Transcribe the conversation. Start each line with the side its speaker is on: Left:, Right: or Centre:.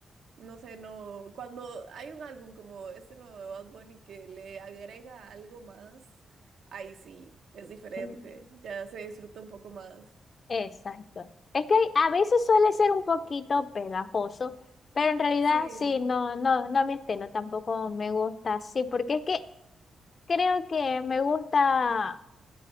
Right: No sé, no. Cuando hay un álbum como este nuevo de Bad Bunny que le agrega algo más, ahí sí, es diferente.
Left: sí,
Right: Ya se disfruta un poco más.
Left: Exacto. Es que a veces suele ser un poquito pegajoso, pero en realidad
Right: Sí,
Left: sí, no, no, no me estilo, tampoco me gusta así, porque es que creo que me gusta